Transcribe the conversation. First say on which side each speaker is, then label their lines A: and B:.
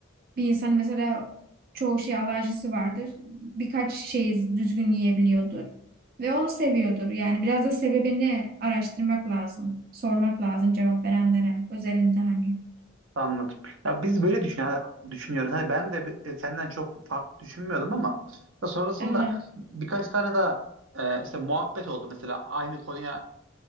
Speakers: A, on the right; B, on the right.
A: bir insan mesela çoğu şey alerjisi vardır. Birkaç şeyi düzgün yiyebiliyordur. Ve onu seviyordur. Yani biraz da sebebini araştırmak lazım. Sormak lazım cevap verenlere. Özelinde hani.
B: Anladım. Ya biz böyle düşün düşünüyoruz. Hani ben de bi- e, senden çok farklı düşünmüyordum ama ya sonrasında
A: Evet,
B: birkaç tane daha e, işte muhabbet oldu mesela aynı konuya